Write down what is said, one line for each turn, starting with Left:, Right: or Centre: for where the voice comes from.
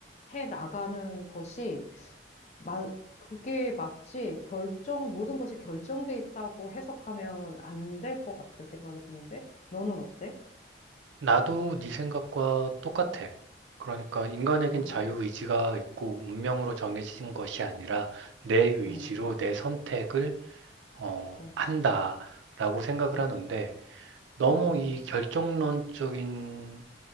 Left: 해 나가는 것이 마, 그게 마치 결정, 모든 것이 결정돼 있다고 해석하면 안 될 것 같은 생각이 드는데 너는 어때?
Right: 나도 네 생각과 똑같아. 그러니까 인간에겐
Left: 아,
Right: 자유의지가 있고 운명으로 정해진 것이 아니라 내 의지로
Left: 어,
Right: 내 선택을 어,
Left: 그렇지,
Right: 한다라고 생각을
Left: 그렇지.
Right: 하는데 너무
Left: 어.
Right: 이 결정론적인